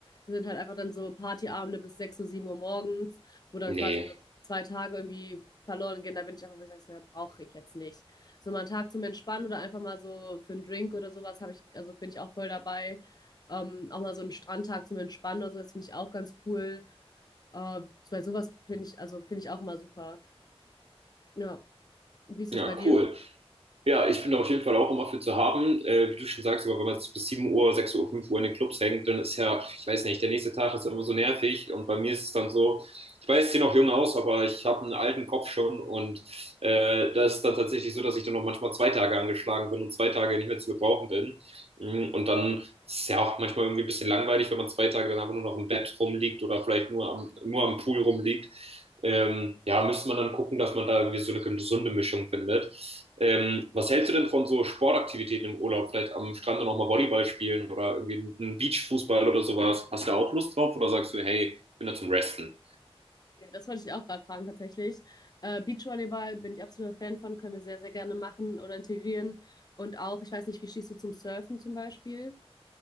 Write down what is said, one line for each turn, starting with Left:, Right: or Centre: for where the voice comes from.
Left: sind halt einfach dann so Partyabende bis 6 Uhr, 7 Uhr morgens, wo dann
Right: Nee.
Left: quasi so zwei Tage irgendwie verloren gehen, da bin ich einfach, wo ich sage, so, ja, brauche ich jetzt nicht. So mal einen Tag zum Entspannen oder einfach mal so für einen Drink oder sowas habe ich, also bin ich auch voll dabei. Ähm, auch mal so einen Strandtag zum Entspannen oder so, das finde ich auch ganz cool. Äh, bei sowas finde ich, also finde ich auch immer super. Ja, wie ist
Right: Ja,
Left: das bei dir?
Right: cool. Ja, ich bin auf jeden Fall auch immer für zu haben. Äh, wie du schon sagst, aber wenn man bis 7 Uhr, 6 Uhr, 5 Uhr in den Clubs hängt, dann ist ja, ich weiß nicht, der nächste Tag ist ja immer so nervig. Und bei mir ist es dann so, ich weiß, ich sehe noch jung aus, aber ich habe einen alten Kopf schon. Und äh, das ist dann tatsächlich so, dass ich dann noch manchmal zwei Tage angeschlagen bin und zwei Tage nicht mehr zu gebrauchen bin. Mm, Und dann ist ja auch manchmal irgendwie ein bisschen langweilig, wenn man zwei Tage dann einfach nur noch im Bett rumliegt oder vielleicht nur am, nur am Pool rumliegt. Ähm, ja, müsste man dann gucken, dass man da irgendwie so eine gesunde Mischung findet. Ähm, was hältst du denn von so Sportaktivitäten im Urlaub? Vielleicht am Strand noch mal Volleyball spielen oder irgendwie einen Beachfußball oder sowas. Hast du da auch Lust drauf oder sagst du, hey, ich bin da zum Resten?
Left: Ja, Das wollte ich auch gerade fragen, tatsächlich. Äh, Beachvolleyball bin ich absoluter Fan von, können wir sehr, sehr gerne machen oder integrieren. Und auch, ich weiß nicht, wie stehst du zum Surfen zum Beispiel?